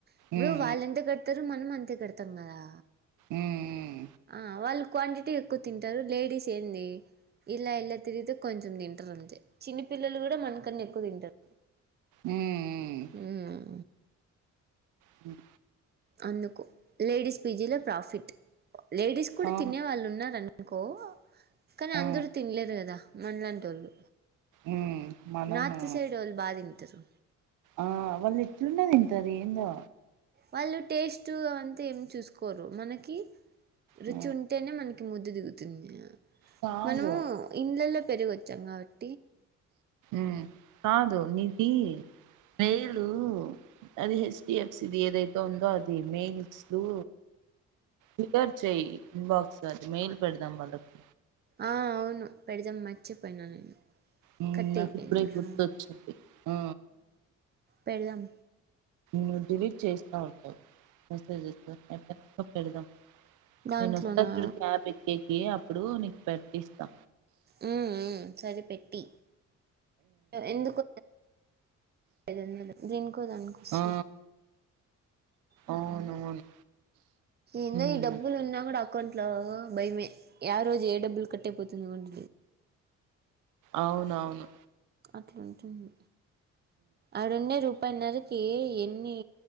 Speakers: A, on the right (about 35°); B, on the right (about 85°).
A: ఇప్పుడు
B: ఉమ్
A: వాళ్ళు ఎంత కడతరొ మనం అంతే కడత్ తంగదా
B: ఊ ఉ
A: ఆ వాళ్ళు క్వాంటిటీ ఎక్కువ తింటరు, లేడీస్ ఏంది ఇలా ఇలా తిరిగితే కొంచెం తింటరు అంతే, చిన్న పిల్లలు కూడ మనకన్న ఎక్కువ తింటరు.
B: ఉమ్ ఉమ్,
A: ఉమ్
B: హుమ్
A: అందుకు లేడీస్ పీజీలొ ప్రాఫిట్. లేడీస్ కూడ
B: ఆ
A: తినే వాళ్ళు ఉన్నారన్ నుకో కనీ
B: ఆ
A: అందరు తినలేరు గదా మనలాంటోళ్లు.
B: ఉమ్ మనము
A: నార్త్ సైడ్ వొళ్ళు బా తింటరు.
B: ఆ వాళ్ళు ఎట్లున్న తింటరు ఏందో?
A: వాళ్ళు టేస్టు అంత ఏం చూసుకోరు మనకి? రుచి
B: ఆ,
A: ఉంటేనె మనకి ముద్ద దిగుతుంది,
B: కాదు
A: మనము ఇండ్లలొ పెరుగొచ్చాం గాబట్
B: ఉమ్. కాదు నీది మెయిలు అది హెచ్ డి ఎఫ్ సి ది ఏదైతె ఉందో అది, మెయిల్స్ కు రికార్డ్ చేయ్ ఇన్బాక్స్ అది మెయిల్ పెడదాం వాళ్ళకు.
A: ఆ అవును పెడదాం, మార్చేపోయిన నేను.
B: ఉమ్
A: కట్
B: నాకు
A: అయిపోయింది
B: ఇప్పుడే
A: కదా
B: గుర్తొచ్చింది, ఆ
A: పెడదాం
B: నువ్ డిలీట్ చేస్తావ్. వస్తే చేస్తా ఎఫ్ ఎఫ్ <unintelligible>
A: దాంట్లోనా
B: నేను ఒస్త చడు క్యాబ్ ఎక్కి. ఏ అప్పుడు నీకు పెట్టిస్తా.
A: ఉ ఉ సరే పెట్టి. ఆ ఎందుకొ ఐదొందలు దీనికో దానికొ వస్తది.
B: ఆ
A: ఉమ్
B: అవునవును
A: ఇందో
B: మ్మ్
A: ఈ డబ్బులు ఉన్నా కూడా అకౌం ట్లో భయమే యా రోజు ఏ డబ్బులు కట్టయిపోతుంది కొంట
B: అవును అవును
A: అట్లూటుంది అరణ్య రూప ముప్పైన్నరకి ఎన్ని